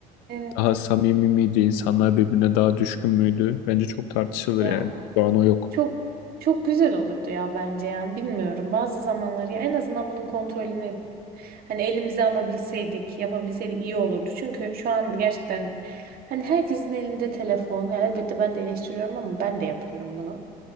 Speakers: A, on the right (about 50°); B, on the left (about 80°).
A: Evet.
B: Daha samimi miydi? İnsanlar birbirine daha düşkün müydü? Bence çok tartışılır
A: Ya
B: yani. Şu an o yok.
A: Çok
B: <laughs>
A: çok güzel olurdu ya bence yani bilmiyorum bazı zamanlar ya en azından bunun kontrolünü hani elimize alabilseydik yapabilseydik iyi olurdu çünkü şu an gerçekten hani herkesin elinde telefon ya elbette ben de eleştiriyorum ama ben de yapıyorum bunu